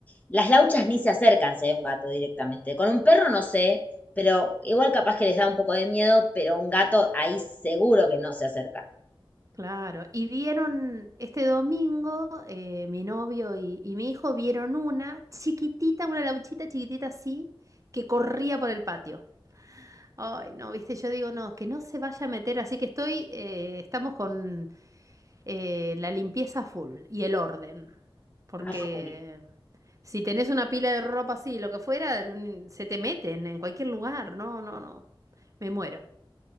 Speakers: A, on the left; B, on the right.
A: Las lauchas ni se acercan si hay un gato directamente. Con un perro no sé, pero igual capaz que les da un poco de miedo, pero un gato ahí seguro que no se acercan.
B: claro. Y vieron este domingo, eh, mi novio y, y mi hijo vieron una chiquitita, una lauchita chiquitita así, que corría por el patio. Ay, no, viste, yo digo, no, que no se vaya a meter, así que estoy, eh, estamos con eh, la limpieza full y el orden. Porque
A: A full.
B: si tenés una pila de ropa así, lo que fuera, un- se te meten en cualquier lugar. No, no, no. Me muero.